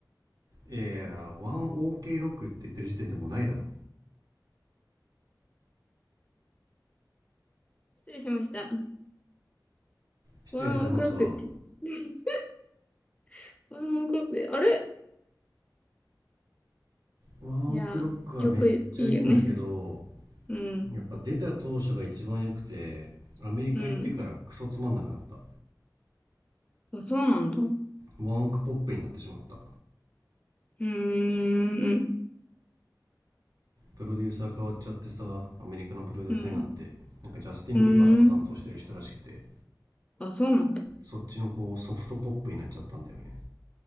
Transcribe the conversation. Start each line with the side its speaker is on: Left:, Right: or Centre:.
Right: いやいや、ワンオーケーロックって言ってる時点でもうないだろ。
Left: 失礼しました。
Right: 失礼されますわ。
Left: ワンオクロックって言って、<laughs> ワンオクロックで、あれ
Right: ワンオクロックはめっちゃいいんだけど、
Left: いや、曲いいよね。うん、
Right: やっぱ出た当初が一番良くて、アメリカ行ってからクソつまんなくなった。
Left: うん。あ、そうなんだ。う
Right: ワンオクポップになってしまった。
Left: ーん、
Right: プロデューサー変わっちゃってさ、アメリカのプロデューサーになって、
Left: うん、
Right: なんかジャスティン・
Left: うん。
Right: ビーバーとか担当してる人らしくて、
Left: あ、そうなんだ。
Right: そっちのこうソフトポップになっちゃったんだよね。